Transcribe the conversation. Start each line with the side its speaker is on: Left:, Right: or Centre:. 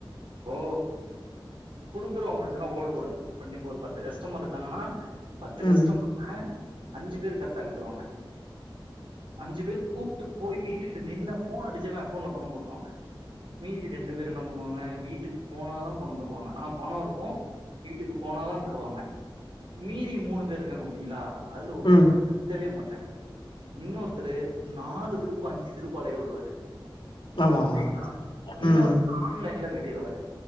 Right: ஓ குடுக்குற உங்களுக்கெல்லா ஓடக்கூடாது இப்ப இன்னைக்கு ஒரு பத்து கஸ்டமர் இருக்காங்கன்னா பத்து
Left: ம்
Right: கஸ்டமர்ல அஞ்சு பேர் கரெட்டா கட்டுவாங்க அஞ்சு பேர் கூப்ட்டு போய் வீட்டுக்கிட்ட நின்னு ஃபோன் அடிச்சோன்னே அக்கௌண்ட்ல பணம் போட்ருவாங்க மீதி ரெண்டு பேர் என்ன பண்ணுவாங்க வீட்டுக்கு போனா தா பணம் தருவாங்க ஆனா பணோ இருக்கும் வீட்டுக்கு போனாதா தருவாங்க மீதி மூணு பேர் இருக்காங்க பாத்தீங்களா அதுல ஒருத்தர்
Left: ம்
Right: கட்டவே மாட்டாரு இன்னொருத்தரு நாலு திருப்பு அஞ்சு திருப்பு அலைய விடுவாரு
Left: ஆமா ஆமா
Right: ஓகேங்களா இன்னொருத்தரு
Left: ம்
Right: ஆன்லைன்ல கட்டிருவாரு